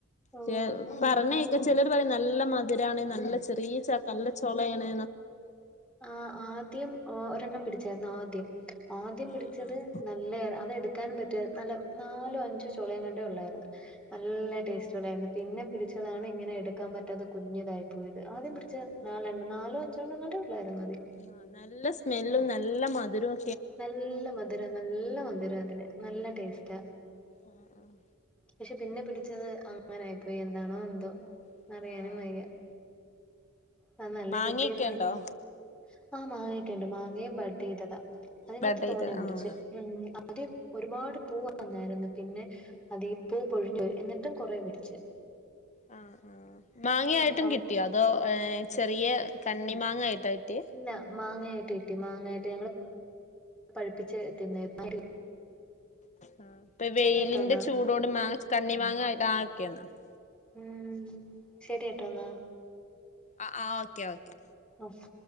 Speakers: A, in the centre; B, on the left.
A: ഓഹ്
B: ചെ പറണേക്ക ചിലര് പറയും നല്ല മതി തിരാണ് നല്ല ചെറിയച നല്ല ചോളേണ്
A: ആ ആദ്യം ഒ ഒരെണ്ണം പിടിച്ചാരുന്നു ആദ്യം. ആദ്യം പിടിച്ചത്
B: ആഹ്
A: നല്ല അതെടുക്കാനും പറ്റുവായ് നല്ല നാലോ അഞ്ചോ ചു ളങ്ങാണ്ടെ ഉള്ളാര്ന്ന് നല്ല ടേസ്റ്റണ്ടായിര്ന്ന് പിന്നെ പിടിച്ചതാണ് ഇങ്ങനെ എടുക്കാൻ പറ്റാത്ത കുഞ്ഞതായി പോയത്
B: ആഹ്
A: ആദ്യം
B: ആഹ്
A: പിടിച്ചത് നാലെണ്ണം നാലോ അഞ്ചെണ്ണം ങ്ങാണ്ടെ ഉള്ളായിരുന്നു അത്
B: ആ നല്ല സ്മെല്ലും നല്ല മധുരും
A: നല്ല മധുരം നല്ല മധുരം അതിന് നല്ല ടേസ്റ്റാ.
B: ആഹ് ആഹ്
A: പക്ഷെ പിന്നെ പിടിച്ചത് അങ്ങനായിപ്പോയി എന്താണോ എന്തോ
B: ആഹ്
A: അറിയാനും വയ്യ.
B: ആഹ്
A: ആ നല്ല
B: മാങ്ങയൊക്കെ
A: കിട്ടിയിരുന്നെങ്കിൽ
B: ഉണ്ടോ
A: ആഹ് മാങ്ങൊക്കെണ്ട് മാങ്ങയും ബഡഡ് ചെയ്തതാ അതിനകത്ത്
B: ബെഡെയ്ത്
A: തോനെയും പിടിച്ച്.
B: ആഹ്
A: ഉം അത് ഒരുപാട് പൂവ് വന്നായിരുന്നു പിന്നെ അത് പൂ പൊഴിഞ്ഞു പോയ്‌ എന്ന ട്ടും കുറേ പിടിച്ച്
B: ആ ആ മാങ്ങായിട്ടും
A: ഉം അവിടെ
B: കിട്ടിയോ അതോ ഏ ചെറിയ കണ്ണി മാങ്ങയിട്ടാ കിട്ടിയെ?
A: ല്ല മാങ്ങായിട്ട് കിട്ടി മാങ്ങായിട്ട് ഞങ്ങള് പഴുപ്പിച്ച് തിന്നേര് <inaudible>
B: ആ ഇപ്പൊ വെയിലിന്റെ
A: ശരി കേട്ടോ എന്നാ
B: ചൂടോണ്ട് മാങ്ങ കണ്ണി മാങ്ങ ആ <unintelligible>
A: ഉം ശരി ട്ടോ ന്നാ.
B: ആഹ് ആഹ് ഓക്കെ ഓക്കെ
A: ആഹ്